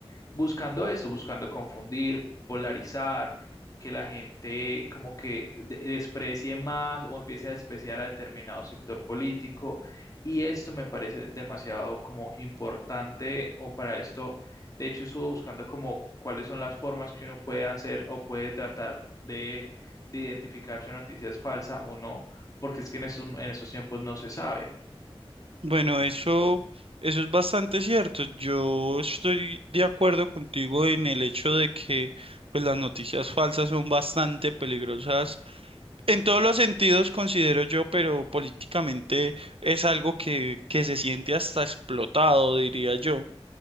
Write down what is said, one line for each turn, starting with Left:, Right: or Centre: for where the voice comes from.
Left: buscando eso, buscando confundir, polarizar, que la gente como que de- desprecie más o empiece a despreciar a determinado sector político. Y esto me parece demasiado como importante o para esto, de hecho, estuve buscando como cuáles son las formas que uno puede hacer o puede tratar de, de identificar si una noticia es falsa o no, porque es que en esos, en esos tiempos no se sabe.
Right: Bueno, eso, eso es bastante cierto. Yo estoy de acuerdo contigo en el hecho de que pues, las noticias falsas son bastante peligrosas. En todos los sentidos, considero yo, pero políticamente es algo que, que se siente hasta explotado, diría yo.